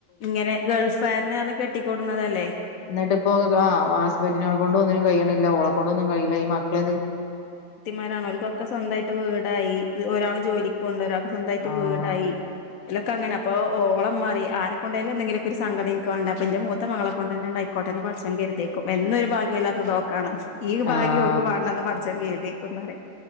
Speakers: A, on the left (about 80°); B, on the left (about 60°).
A: ഇങ്ങനെ ഗൾഫ്കാരനെ പറഞ്ഞു കെട്ടിക്കൊടുന്നതല്ലേ
B: എന്നിട്ട് ഇപ്പോ ആ ഹസ്ബൻറിനെ കൊണ്ട് ഒന്നിനും കഴിയണില്ല ഓളെ കൊണ്ടും കൊണ്ടോന്നും കഴിയണില്ല മക്കള എ
A: മാരണോ അവർക്കൊക്കെ സ്വന്തമായിട്ട് വീടായി ഒരാൾ ജോലിക്ക കൊണ്ട് ഒരാൾക്ക് സ്വന്തമായിട്ട്
B: ആഹ്
A: വീടായി ഇലൊക്കെങ്ങനെ അപ്പ ഓം മാറി ആരെക്കണ്ടല്ല എന്തെങ്കിലും ഒരു സങ്കടംനിനക്ക വേണ്ട അപ്പ ഇന്റെ മൂത്ത മകളെ കൊണ്ട് ത ന്നെ ഉണ്ടായി ആക്കോട്ടെന്ന് പടച്ചോൻ കരുതേക്കും എന്നൊരു ഭാഗ്യമില്ലാത്തതോക്കാണ് ഈ ഭാഗ്യം
B: ആഹ്
A: ഓൾക്ക് വാണ്ടന്ന പടച്ചോൻ എഴുതിക്കുന്നാണ്